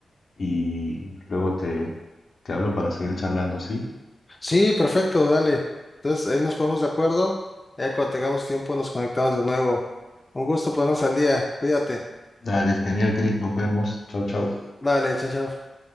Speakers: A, on the left (about 55°); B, on the left (about 25°).
A: y luego te, te hablo para seguir charlando, ¿sí?
B: Sí, perfecto, dale. Entonces, ahí nos ponemos de acuerdo. Ya cuando tengamos tiempo nos conectamos de nuevo. Un gusto ponernos al día. Cuídate.
A: Dale, genial, Cris, nos vemos. Chau, chau.
B: Vale, chao, chao.